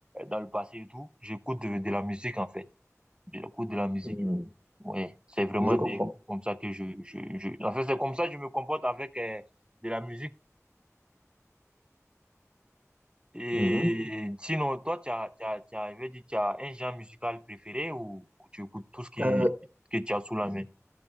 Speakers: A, on the right; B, on the right.
A: dans le passé et tout, j'écoute de, de la musique en fait. J'écoute de la musique.
B: hum,
A: Ouais, c'est vraiment
B: Je comprends.
A: des, comme ça que je, je, je... En fait, c'est comme ça que je me comporte avec euh, de la musique. Et
B: Mhm.
A: sinon, toi, tu as, tu as, tu as, je vais dire, tu as un genre musical préféré ou, ou tu écoutes tout ce qui,
B: Euh,
A: que tu as sous la main?